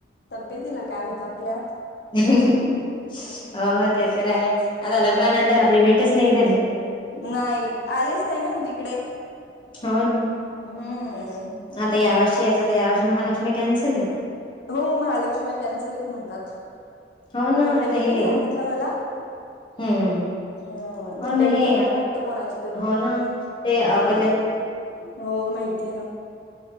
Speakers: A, on the left; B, on the left.
A: तब्येतीला काय होतं आपल्या.
B: हम्म हो, ते तर आहेच आता लग्नानंतर आपली भेटच नाही झाली.
A: नाही, आलेच नाही ना मी तिकडे.
B: हो ना,
A: हम्म
B: आता यावर्ष च तर, यावर्षी महालक्ष्मी कॅन्सल आहे.
A: हो महालक्ष्मी कॅन्सल आहेत म्हणतात.
B: हो ना
A: मम्मींनी
B: आता हे
A: पण सांगितलं मला
B: हम्म
A: हम्
B: हो ना
A: डेथ
B: हे
A: झाली ना आता कोणाची तरी.
B: हो ना ते
A: हम्म
B: अ <unintelligible>
A: हो माहिती आहे ना.